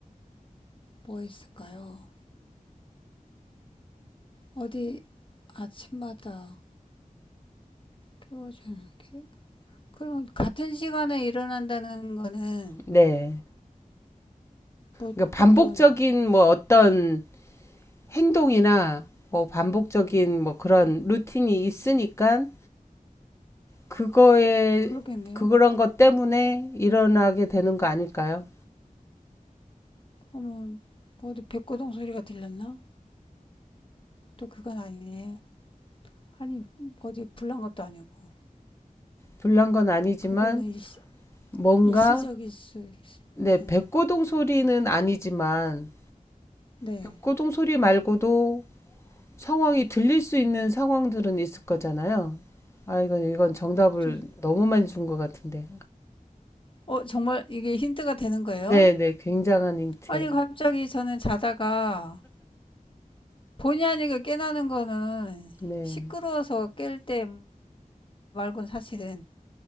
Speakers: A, on the left; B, on the left.
A: 뭐 있을까요? 어디 아침마다 깨워주는 게? 그럼 같은 시간에 일어난다는 거는
B: 네.
A: 뭐
B: 그러니까 반복적인
A: 어떤,
B: 뭐 어떤 행동이나 뭐 반복적인 뭐 그런 루틴이 있으니까 그거에
A: 그러겠네요.
B: 그런 것 때문에 일어나게 되는 거 아닐까요?
A: 어머, 어디 백고동 소리가 들렸나? 또 그건 아니에요. 아니, 어디 불난 것도 아니고.
B: 불난 건 아니지만
A: 그거는 일시,
B: 뭔가
A: 일시적일 수, 있-
B: 네,
A: 네.
B: 백고동 소리는 아니지만
A: 네.
B: 백고동 소리 말고도 상황이 들릴 수 있는 상황들은 있을 거잖아요. 아, 이건 이건 정답을
A: 저-
B: 너무 많이 준 것 같은데.
A: 어, 정말 이게 힌트가 되는 거예요?
B: 네, 네, 굉장한 힌트.
A: 아니, 갑자기 저는 자다가 본의 아니게 깨나는 거는
B: 네,
A: 시끄러워서 깰 때 말곤 사실은